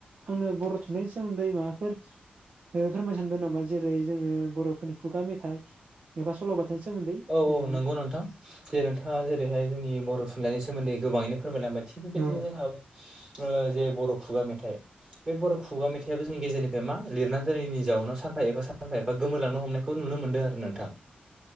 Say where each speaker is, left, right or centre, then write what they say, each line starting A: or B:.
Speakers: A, on the right (about 50°); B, on the right (about 25°).
A: आंनो बर' थुनलाइनि सोमोन्दै माबाफोर ओ फोरमाय सानदो नामा? जेरै जोङो बर'फोरनि खुगा मेथाइ एबा सल'बाथानि सोमोन्दै
B: औ औ
A: ओ
B: नंगौ नोंथां जे नोंथाङा जेरैहाय जोंनि बर' थुनलाइनि सोमोन्दै गोबाङैनो फोरमायलांबाय थिग बेबायदिनो
A: ओ औ
B: जोंहा ओ जे बर' खुगा मेथाइ बे बर' खुगा मेथाइआबो जोंनि गेजेरनिफ्राय मा लिरना दोनैनि जाउनाव सान फा एबा सानफा एबा गोमोरलांनो हमनायखौ नुनो मोनदों आरो नोंथां